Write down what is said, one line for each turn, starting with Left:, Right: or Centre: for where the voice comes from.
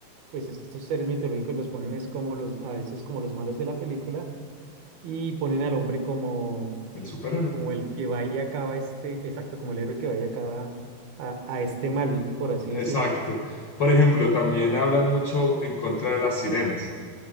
Right: pues estos seres mitológicos los ponen es como los, a veces como los malos de la película y ponen al hombre como,
Left: el superhéroe.
Right: como el que va y acaba este, exacto, como el héroe que va y acaba a, a este mal, por así
Left: Exacto.
Right: decirlo.
Left: Por ejemplo, también hablan mucho en contra de las sirenas.